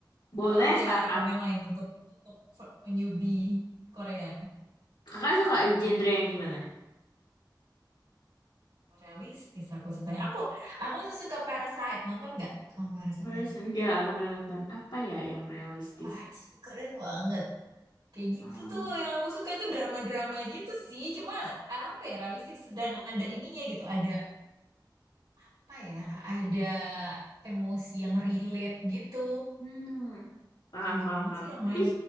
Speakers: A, on the left (about 80°); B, on the right (about 85°).
A: Boleh
B: atau ada
A: startup.
B: rekomend lain untuk untuk newbie Korea
A: Kakak suka genre yang gimana?
B: realistis aku suka aku aku tuh suka Parasite nonton nggak kamu Parasite
A: Beres enggak aku udah nonton apa ya yang realistis?
B: ah so keren banget kayak gitu
A: Hmm,
B: tuh yang aku suka itu drama-drama gitu sih cuma apa ya realistis dan ada ininya gitu ada apa ya ada emosi yang relate gitu
A: hmm. Paham,
B: canggih
A: paham,
B: banget
A: paham.
B: sih yang
A: Tapi
B: main